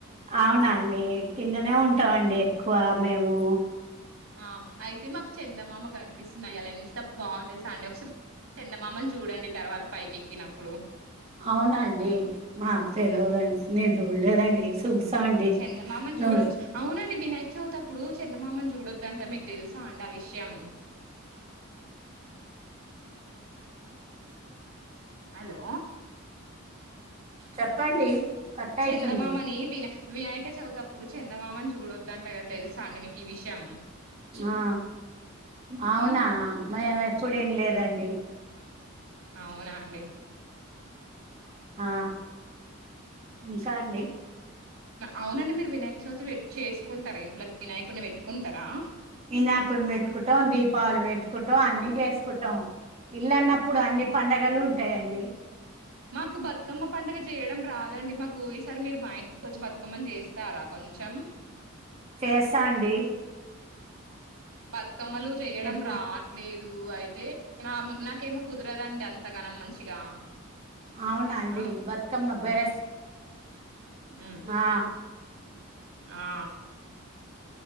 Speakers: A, on the right; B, on the right.
A: అవునా అండి కిందనే ఉంటాండి ఎక్కువ మేము
B: ఆ అయితే మాకు చెందమామకు కనిపిస్తుంది ఇయల ఎంత బాగు తెలుసా అండి ఒకసారి చందమామని చూడండి తర్వాత పైకెక్కినప్పుడు
A: అవునండి మాకు తెలివదండి నేను చూడలేదండి చూస్తా అండి
B: చందమామని
A: నువ్వు
B: చూడొచ్చు అవునండి వినాయక చవితి అప్పుడు చందమామ దంటే మీకు తెలుసామండి ఆ విషయం హలో
A: చెప్పండి కట్ అయితుంది
B: చందమామని వినా వినాయక చవితప్పుడు చందమామని చూడొద్ద అంటే కద తెలుసా అండి మీకు ఈ విషయం
A: ఆ అవునా మేము ఎప్పుడు విన లేదండి
B: అవునా అండి
A: ఆ ఇంకా అండి
B: అవునండి మీరు వినాయక చవితి పేట్ చేసుకుంటారా ఇంట్లో వినాయకుడిని పెట్టుకుంటారా
A: ఇనాకుని పెట్టుకుంటాం దీపావళి పెట్టుకుటాం అన్ని చేసుకుంటాం ఇల్లు అన్నప్పుడు అన్ని పండగలు ఉంటాయండి.
B: మాకు బతుకమ్మ పండుగ చేయడం రాదండి మాకు ఈసారి మీరు మా ఇంటికి వచ్చి బతుకమ్మని చేస్తారా కొంచం
A: చేస్తా అండి
B: బతుకమ్మలు చెయ్యడం
A: ఎప్పుడు
B: రావట్లేదు. అయితే నాకేమో కుదరదండి అంతగానం మంచిగా
A: అవునండి
B: ఆ
A: బతుకమ్మ పేర్స్
B: ఉమ్,
A: ఆ
B: ఆ